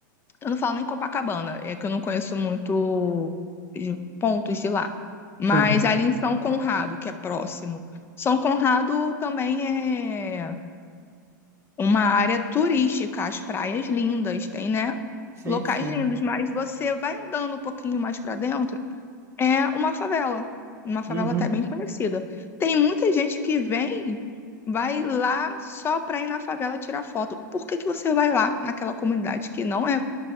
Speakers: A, on the left; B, on the right.
A: Eu não falo nem Copacabana, é que eu não conheço muito de pontos de lá. Mas
B: sim,
A: ali em São Conrado, que é próximo. São Conrado também é uma área turística, as praias lindas, tem, né?
B: sim,
A: Locais
B: sim,
A: lindos, mas você vai andando um pouquinho mais para dentro, é uma favela, uma favela
B: uhum,
A: até bem conhecida. Tem muita gente que vem, vai lá só para ir na favela tirar foto. Por que que você vai lá naquela comunidade que não é